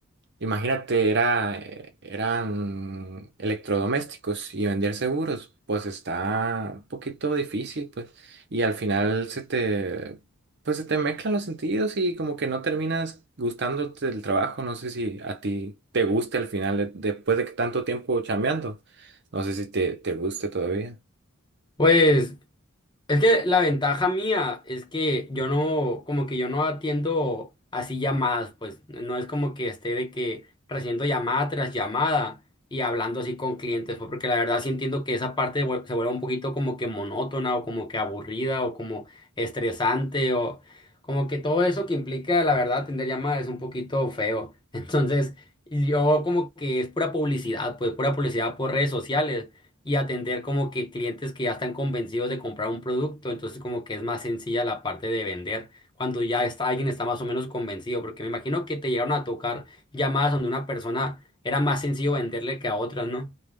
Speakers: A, on the right; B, on the left.
A: imagínate, era, eh, eran electrodomésticos y vender seguros, pues está un poquito difícil, pues. Y al final se te, pues se te mezclan los sentidos y como que no terminas gustándote del trabajo. No sé si a ti te guste al final, de- después de que tanto tiempo chambeando. No sé si te, te guste todavía.
B: Pues Es que la ventaja mía es que yo no, como que yo no atiendo así llamadas, pues no es como que esté de que recibiendo llamada tras llamada y hablando así con clientes, pues porque la verdad sí entiendo que esa parte vuel- se vuelve un poquito como que monótona o como que aburrida o como estresante o como que todo eso que implica la verdad atender llamadas es un poquito feo. <laughs> Entonces, yo como que es pura publicidad, pues pura publicidad por redes sociales y atender como que clientes que ya están convencidos de comprar un producto, entonces como que es más sencilla la parte de vender cuando ya está, alguien está más o menos convencido, porque me imagino que te llegaron a tocar llamadas donde una persona era más sencillo venderle que a otras, ¿no?